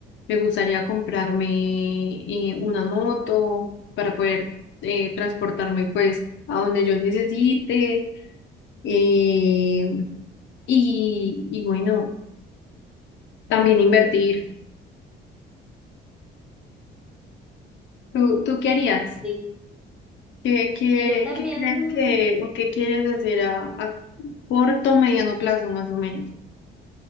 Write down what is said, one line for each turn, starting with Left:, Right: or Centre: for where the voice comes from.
Left: Me gustaría comprarme eh, una moto para poder eh, transportarme pues a donde yo necesite. eh, y, y bueno, también invertir. ¿Tú, tú qué harías?
Centre: sí.
Left: ¿Qué, qué,
Centre: Sí, yo también,
Left: qué crees que o qué quieres hacer a, a corto, mediano plazo más o menos?